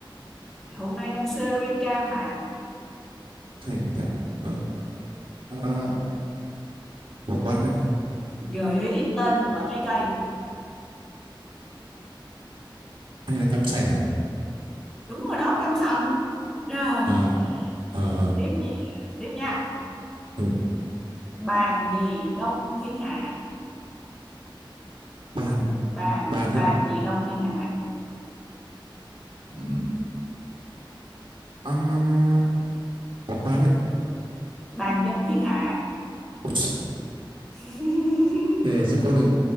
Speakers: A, in the centre; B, on the right (about 70°).
A: hôm nay đang series cam mà
B: thành thạo ờ, ờ, ờ, bỏ qua đấy
A: gợi ý tên một loại trái cây
B: hay là cam sành à
A: đúng rồi đó cam sành rồi
B: à ờ ờ,
A: tiếp nhé tiếp nha
B: ừ
A: bàn gì đông thiên hạ
B: bàn
A: bàn
B: bàn
A: bàn
B: rất
A: gì đông thiên hạ
B: ừ, à, bỏ qua đấy
A: bàn dân thiên hạ
B: Ôi, <laughs> chì.
A: <laughs>
B: thế sao con này